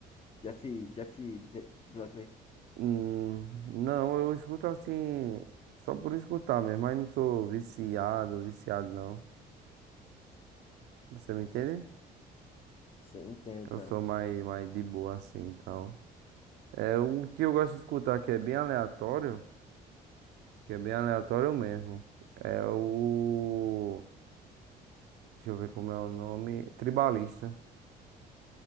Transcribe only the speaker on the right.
Hum, não, eu escuto assim, só por escutar mesmo, mas não sou viciado, viciado não. Você me entende?
Eu sou mais, mais de boa assim, então. É o que eu gosto de escutar que é bem aleatório, que é bem aleatório mesmo. É o. Deixa eu ver como é o nome. Tribalista.